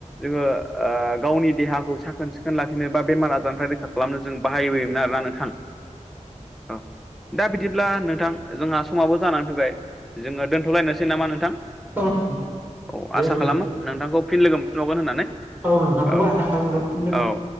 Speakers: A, in the centre; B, on the right (about 15°).
A: जोङो ओ-गावनि देहा खौ साखोन सिखोन लाखिनो बा बेमार आजारनिफ्राय रैखा खालामनो जों बाहाय होयोमोन आरोना नोंथां। औ दा बिदिब्ला नोंथां जोंहा समावबो जानानै फैबाय। जोङो दोनथ'लायनोसै नामा नोंथां
B: औ
A: औ
B: दे
A: आसा
B: होमबा
A: खालामो। नोंथांखौ फिन लोगो मोनफिनबावगोन होननानै।
B: औ नोंथांखौबो
A: औ
B: आसा खालामो।
A: औ